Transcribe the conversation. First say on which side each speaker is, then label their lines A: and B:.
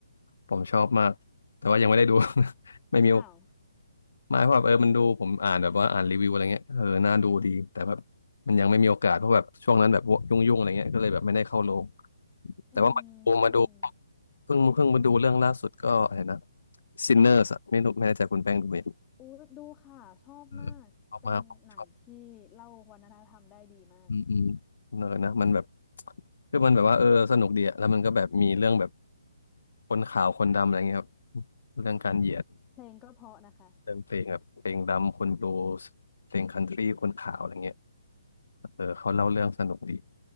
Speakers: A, on the left (about 75°); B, on the left (about 20°).
A: ผมชอบมาก แต่ว่ายังไม่ได้ดู <laughs> ไม่มีโอ
B: อ้าว
A: มาเพราะแบบเออมันดูผมอ่านแบบว่าอ่านรีวิวอะไรเงี้ยเออน่าดูดีแต่แบบมันยังไม่มีโอกาสเพราะแบบช่วงนั้นแบบยุ่งๆอะไรเงี้ยก็เลยแบบไม่ได้เข้าโรงแต่ว่ามาดูมาดู
B: อืมเด่น
A: เพิ่งเพิ่งมาดูเรื่องล่าสุดก็อะไรนะ Sinners อะไม่รู้ไม่แน่ใจคุณแป้งดูไหม
B: อุ้ยดูค่ะชอบมากเป็นหนังที่เล่าวัฒนธรรมได้ดีมาก
A: เออชอบมากผมชอบอืมอืมเนอนะมันแบบคือมันแบบว่าเออสนุกดีอะแล้วมันก็แบบมีเรื่องแบบคนขาวคนดำอะไรเงี้ยครับเรื่องการเหยียด
B: เพลงก็เพราะนะคะ
A: เรื่องเพลงแบบเพลงดำคนบลูส์เพลงคันทรีคนขาวอะไรเงี้ย เออเขาเล่าเรื่องสนุกดี